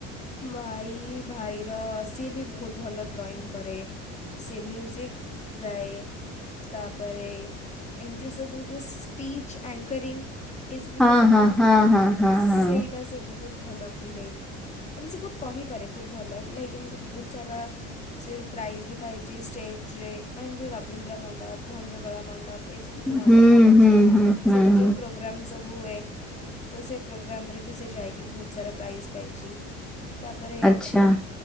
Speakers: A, on the left; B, in the centre.
A: ଭାଇ, ଭାଇର ସିଏ ବି ବହୁତ୍ ଭଲ ଡ୍ରଇଂ କରେ। ସିଏ ମ୍ୟୁଜିକ୍ ଗାଏ। ତାପରେ ଏମତି ସବୁ ଯୋଉ ସ୍ପିଚ୍ ଅଙ୍କରିଙ୍ଗ ଏଇସବୁ
B: ହଁ
A: ଯୋଉ ସବୁକା
B: ହଁ ହଁ ହଁ ହଁ
A: ସେଇଟା
B: ହଁ।
A: ସିଏ ବହୁତ୍ ଭଲ କୁହେ। ମାନେ ସେ ବହୁତ କହିପାରେ ବହୁତ୍ ଭଲ ଲାଇକ ଏମତି ବହୁତ୍ ସାରା ସେ ପ୍ରାଇଜ୍ ବି ପାଇଚି ଷ୍ଟେଜରେ, ମାନେ ଏମତି ରବୀନ୍ଦ୍ର ମଣ୍ଡପ ଭଞ୍ଜକଳା ମଣ୍ଡପ ଏଇ ସବୁ ଯୋଉ
B: ହୁଁ
A: ମଣ୍ଡପ
B: ହୁଁ
A: ସବୁ ଅଛି
B: ହୁଁ ହୁଁ ହୁଁ
A: ସେଇଠି ଯୋଉ ପ୍ରୋଗ୍ରମ୍ ସବୁ ହୁଏ ତ ସେ ପ୍ରୋଗ୍ରାମରେ ବି ସେ ଯାଇକି ବହୁତ୍ ସାରା ପ୍ରାଇଜ୍ ପାଇଚି। ତାପରେ
B: ଆଚ୍ଛା।
A: ତାଙ୍କ୍